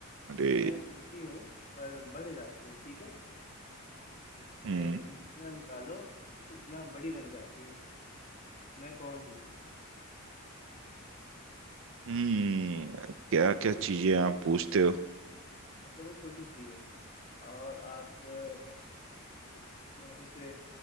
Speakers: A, on the right; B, on the left.
A: अरे
B: मैं छोटी हूँ पर बढ़ जाती हूँ ठीक है
A: हम्म
B: ए, जितना निकालो उतना बड़ी बन जाती हूँ मैं कौन हूँ
A: हम्म क्या
B: मतलब
A: क्या
B: वो छोटी
A: चीजें आप
B: छोट
A: पूछते हो
B: मतलब वो छोटी सी है और आप अ, अ, उसे